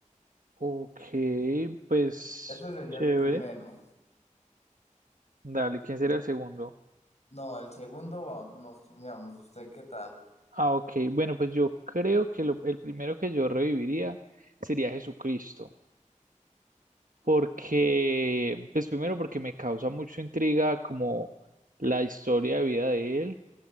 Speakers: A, on the right; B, on the left.
A: Ok, pues
B: Ese sería
A: chévere.
B: el primero.
A: Dale, ¿quién sería el segundo?
B: No, el segundo va- nos turnamos. ¿Usted qué tal?
A: Ah, ok. Bueno, pues yo creo que lo- el primero que yo reviviría sería Jesucristo, porque, pues primero porque me causa mucha intriga como la historia de vida de él.